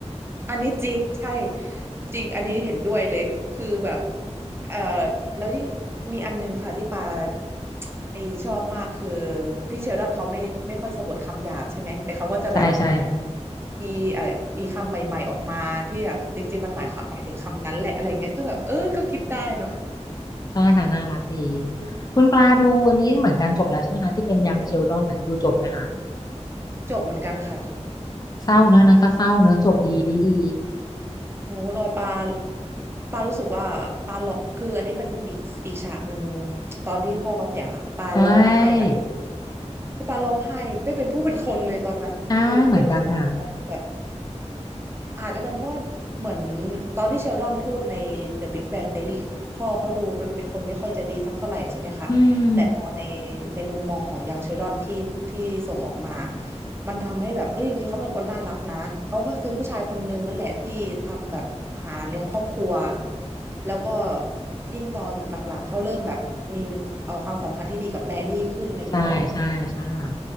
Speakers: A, on the right; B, on the left.
A: อันนี้จริงใช่จริงอันนี้เห็นด้วยเลยคือแบบเอ่อแล้วยิ่งมีอันนึงค่ะที่ปาไอชอบมากคือที่เชลดอนเขาไม่ไม่ค่อยสะบัดคำหยาบใช่ไหมแต่เขาก็จะแบบ
B: ใช่ใช่
A: มีเอ่อมีคำใหม่ๆออกมาที่แบบจริงๆมันหมายความหมายถึงคำนั้นแหละอะไรเงี้ยก็แบบเออก็คิดได้เนาะ
B: ใช่ค่ะน่ารักดีคุณปลาดูอันนี้เหมือนกันจบแล้วใช่ไหมคะที่เป็นยังเชลดอนน่ะดูจบไหมคะ
A: จบเหมือนกันค่ะจบ
B: เศร้าเนอะนั่นก็เศร้าเนอะจบดีดีดี
A: โอ้ลอยปลาปลารู้สึกว่าปลาหลอกคืออันนี้เป็นอีกอีกฉากหนึ่งตอนที่พ่อเขาเสียค่ะปลาร้องไห้แบบ
B: ใช่
A: คือปาร้องไห้ไม่เป็นผู้เป็นคนเลยตอนนั้นคือไม่รู้ทำไมเหมอนกันแต่แบบ
B: ใช่เหมือนกันค่ะ
A: อาจจะเป็นเพราะว่าเหมือนตอนที่เชลดอนพูดใน The Big Bang Theory พ่อเขาดูเป็นคนไม่ค่อยจะดีสักเท่าไหร่ใช่ไหมคะแต่พอใน
B: อืม
A: ในมุมมองของยังเชลดอนที่ที่ส่งออกมามันทำให้แบบเอ้ยจริงๆเขาเป็นคนน่ารักนะเขาก็คือผู้ชายคนนึงนั่นแหละที่ทำแบบหาเลี้ยงครอบครัวแล้วก็ยิ่งตอนหลังๆเขาเริ่มแบบมีเอาความสัมพันธ์ที่ดีกับแมรี่ขึ้นอะไรอย่างเงี้ยเนาะ
B: ใช่ใช่ใช่ค่ะ